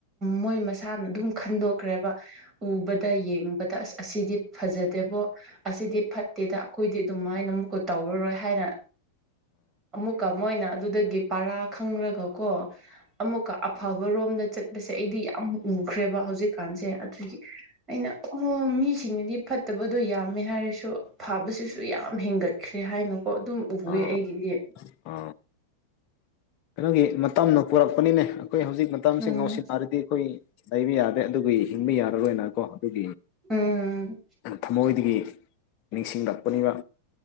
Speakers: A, on the right (about 25°); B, on the left (about 40°).
A: ꯃꯣꯏ ꯃꯁꯥꯅ ꯑꯗꯨꯝ ꯈꯟꯗꯣꯛꯈ꯭ꯔꯦꯕ ꯎꯕꯗ ꯌꯦꯡꯕꯗ ꯑꯁ ꯑꯁꯤꯗꯤ ꯐꯖꯗꯦꯕꯣ ꯑꯁꯤꯗꯤ ꯐꯠꯇꯦꯗ ꯑꯩꯈꯣꯏꯗꯤ ꯑꯗꯨꯃꯥꯏꯅ ꯑꯃꯨꯛꯀ ꯇꯧꯔꯔꯣꯏ ꯍꯥꯏꯅ ꯑꯃꯨꯛꯀ ꯃꯣꯏꯅ ꯑꯗꯨꯗꯒꯤ ꯄꯔꯥ ꯈꯪꯔꯒ ꯀꯣ ꯑꯃꯨꯛꯀ ꯑꯐꯕꯔꯣꯝꯗ ꯆꯠ ꯑꯁꯦ ꯑꯩꯗꯤ ꯌꯥꯝ ꯎꯈ꯭ꯔꯦꯕ ꯍꯧꯖꯤꯛꯀꯥꯟꯁꯦ ꯑꯗꯨꯒꯤ ꯑꯩꯅ ꯑꯣ ꯃꯤꯁꯤꯡꯅꯗꯤ ꯐꯠꯇꯕꯗꯣ ꯌꯥꯝꯃꯦ ꯍꯥꯏꯔꯁꯨ ꯐꯕꯁꯤꯁꯨ ꯌꯥꯝ ꯍꯦꯟꯒꯠ ꯈ꯭ꯔꯦ ꯍꯥꯏꯅꯀꯣ ꯑꯗꯨꯝ ꯎꯋꯦ
B: ꯑꯥ
A: ꯑꯩꯒꯤꯗꯤ
B: ꯑ ꯀꯩꯅꯣꯒꯤ ꯃꯇꯝꯅꯣ ꯄꯨꯔꯛꯄꯅꯤꯅꯦ ꯑꯩꯈꯣꯏ ꯍꯧꯖꯤꯛ ꯃꯇꯝꯁꯤ
A: ꯎꯝ
B: ꯉꯥꯎꯁꯤꯟꯅꯔꯗꯤ ꯑꯩꯈꯣꯏ ꯂꯩꯕ ꯌꯥꯗꯦ ꯑꯗꯨ ꯍꯤꯡꯕ ꯌꯥꯔꯔꯣꯏꯅꯀꯣ ꯑꯩꯈꯣꯏꯒꯤ
A: ꯎꯝ
B: ꯊꯃꯣꯏꯗꯒꯤ ꯅꯤꯡꯁꯤꯡꯂꯛꯄꯅꯤꯕ